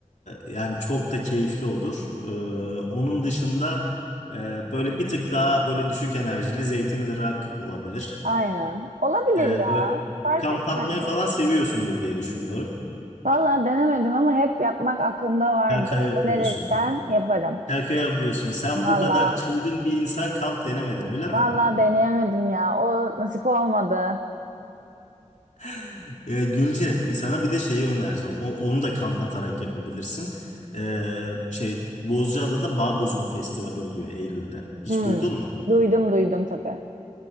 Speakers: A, on the left; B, on the right.
A: yani çok da keyifli olur. Ee, onun dışında e, böyle bir tık daha böyle düşük enerjili zeytinli rock olabilir.
B: aynen. Olabilir
A: Ee,
B: ya.
A: böyle
B: Fark
A: kamp
B: etmez
A: atmayı falan seviyorsundur diye düşünüyorum.
B: Valla denemedim ama hep yapmak aklımda vardı.
A: Şaka yapıyorsun.
B: Önerirsen yaparım.
A: Şaka yapıyorsun. Sen
B: Valla.
A: bu kadar çılgın bir insan kamp denemedin öyle mi?
B: Valla deneyemedim ya. O nasip olmadı.
A: <laughs> Ee, Gülce sana bir de şeyi önereceğim. O, onu da kamp atarak yapabilirsin. Ee, şey Bozcaada'da Bağ Bozumu Festivali oluyor Eylül'de. Hiç
B: Hmm.
A: duydun mu?
B: Duydum duydum tabii.